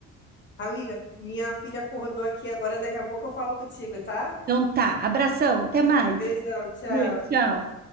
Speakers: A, on the left; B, on the right.
A: amiga, minha filha acordou aqui agora, daqui a pouco eu falo contigo, tá?
B: Então tá, abração, até mais.
A: Beijão, tchau.
B: Beijo, Tchau.